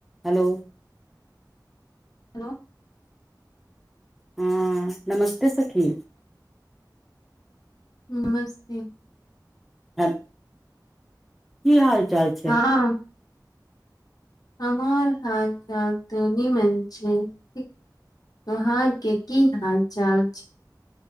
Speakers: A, in the centre; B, on the left.
A: hello
B: hello
A: हँ नमस्ते सखी
B: नमस्ते
A: आ <unintelligible> की हाल चाल छै
B: हँ हमार हाल जाल तनी मणि छैे ठीक त्योहार कि की हाल चाल